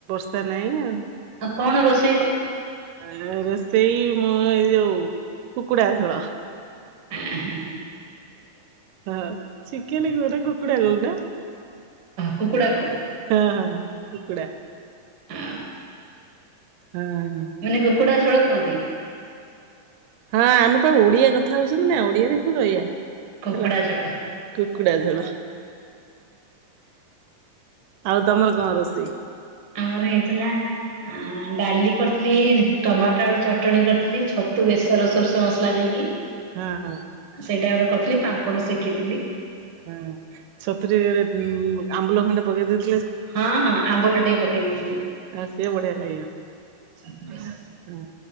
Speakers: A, on the right; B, on the right.
A: ସେ ନାଇଁ ଆଉ।
B: ଆଉ କଣ ରୋଷ
A: ରୋଷେଇ ମୁଁ ଏଇ ଯୋଉ କୁକୁଡ଼ା ଝୋଳ।
B: ଏଁ ହଁ।
A: ହଁ ଚିକେନ କୁ ନା କୁକୁଡା କହୁନ।
B: କୁକୁଡାକୁ
A: ହଁ ହଁ ହଁ କୁକୁଡ଼ା।
B: ଆ
A: ହଁ
B: ମାନେ କୁକୁଡ଼ା ଝୋଳ କୁହନ୍ତି।
A: ହଁ ଆମେ ପା ଓଡିଆ କଥା ହଉଛନ୍ତି ନା ଓଡିଆରେ ହିଁ କହିବା।
B: କୁକୁଡ଼ା
A: ହେଲା
B: ଝୋଳ।
A: କୁକୁଡା ଝୋଳ ଆଉ ତମର କଣ ରୋଷେଇ?
B: ଆମର ହେଇଥିଲା ଆ ଡାଲି କରିଥିଲି ଟମାଟୋ ଆଳୁ ଚଟଣି କରିଥିଲି ଛତୁ ବେସର ସୋରିଷ ମସଲା ଦେଇକି
A: ହଁ ହଁ
B: ସେଇଟା ଗୋଟେ କରିଥିଲି ପାମ୍ପଡ ସେକିଥିଲି।
A: ହଁ ଛତୁ ରେ ଆମ୍ବୁଲ ଖଣ୍ଡେ ପକେଇଦେଇଥି
B: ହଁ ହଁ ଆମ୍ବୁଲ ଟେ ପକେଇ ଦେଇ
A: ଆ ସେ ବଢିଆ ଖାଇବା।
B: ଛତୁ ବେସର
A: ହଁ